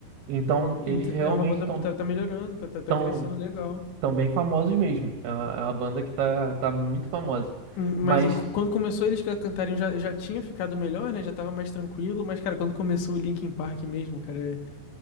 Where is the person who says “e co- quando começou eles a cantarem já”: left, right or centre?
Left